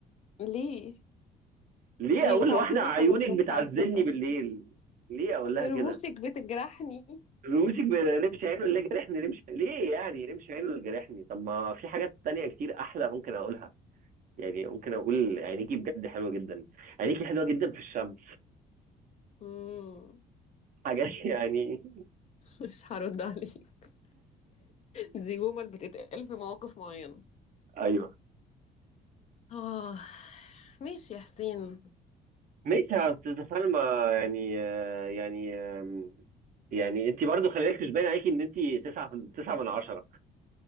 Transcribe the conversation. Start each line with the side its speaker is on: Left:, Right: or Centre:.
Left: ليه
Right: ليه
Left: هي
Right: أقول
Left: بتعذبك
Right: لواحدة عيونك
Left: وانا مش
Right: بتعذبني
Left: متعذبة
Right: بالليل ليه أقول لها
Left: رموشك
Right: كده
Left: بتجرحني
Right: رموشك برمش عينه اللي جرحني رمش ليه يعني رمش عينه اللي جرحني طب ما في حاجات تانية كتير أحلى ممكن أقولها يعني ممكن أقول عينيكي بجد حلوة جدا عينيكي حلوة جدا في الشمس
Left: مم. <laughs>
Right: حاجات <laughs> يعني
Left: مش هرد عليك دي جمل بتتقال في مواقف معينة
Right: ايوه
Left: اه ماشي يا حسين
Right: ماشي يا استاذة سلمى يعني آه، يعني آم، يعني انت برضو خلي بالك مش باين عليكي ان انت تسعة في- تسعة من عشرة